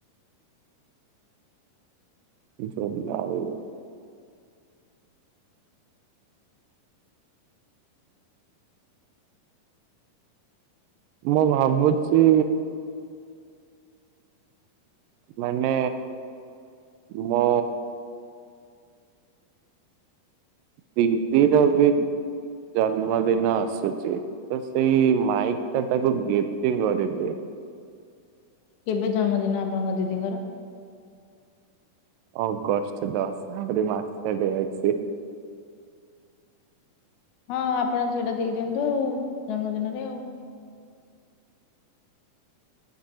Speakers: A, on the right; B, on the left.
A: <unintelligible> ମୁଁ ଭାବୁଚି ମାନେ ମୁଁ ଦିଦି ର ବି ଜନ୍ମଦିନ ଆସୁଚି। ତ ସେଇ ମାଇକ୍ ଟା ତାକୁ ଗିଫ୍ଟି କରିଦିଏ।
B: କେବେ ଜନ୍ମଦିନ ଆପଣଙ୍କ ଦିଦିଙ୍କର?
A: ଅଗଷ୍ଟ ଦଶ ଆହୁରି ମାସ ଟେ ଡେଟ୍ ଅଛି।
B: ହଁ ଆପଣ ସେଇଟା ଦେଇଦିଅନ୍ତୁ ଜନ୍ମଦିନରେ ଆଉ।